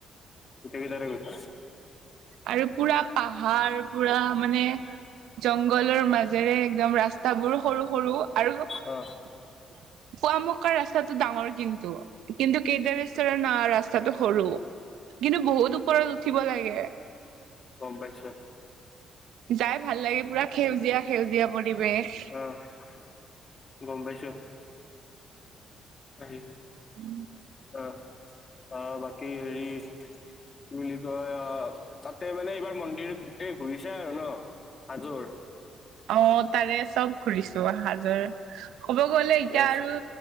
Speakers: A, on the left (about 35°); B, on the right (about 85°).
A: গট গদাৰ <inaudible>
B: আৰু পুৰা পাহাৰ পুৰা মানে জংঘলৰ মাজেৰে একদম ৰাস্তাবোৰ সৰু সৰু আৰু পুৱামক্কা
A: অ
B: ৰাস্তাটো ডাঙৰ কিন্তু কিন্তু কেইডাৰ ৰেষ্টৰে ৰাস্তাটো সৰু কিন্তু বহুত ওপৰত উঠিব লাগে
A: বম্পেশৰ
B: যাই ভাল লাগে পুৰা সেউজীয়া সেউজীয়া পৰিৱেশ
A: অ <unintelligible> পাৰি
B: উম
A: অ অ বাকী হেৰি বুলি কয় অ তাতে মানে এইবাৰ মন্দিৰ গোটেই ঘূৰিছে আৰু ন হাজৰ
B: অ' তাৰে চব ঘুৰিছো অজৰ ক'ব গ'লে
A: ঠিকে
B: এতিয়া
A: আছে
B: আৰু